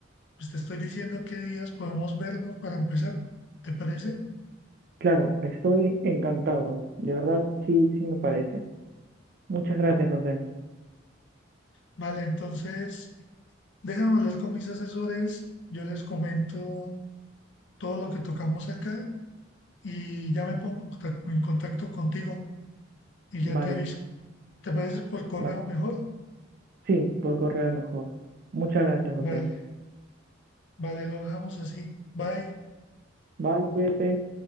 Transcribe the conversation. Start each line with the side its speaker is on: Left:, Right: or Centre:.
Left: pues te estoy diciendo qué días podemos vernos para empezar, ¿te parece?
Right: claro, estoy encantado. De verdad, sí, sí me parece. Muchas gracias, José.
Left: Vale, entonces déjame hablar con mis asesores, yo les comento todo lo que tocamos acá y ya me pongo en contac- en contacto contigo y
Right: Vale,
Left: ya te aviso. ¿Te parece por correo
Right: vale.
Left: mejor?
Right: Sí, por correo mejor. Muchas gracias, José.
Left: Vale, vale, lo dejamos así. Bye.
Right: Bye, cuídate.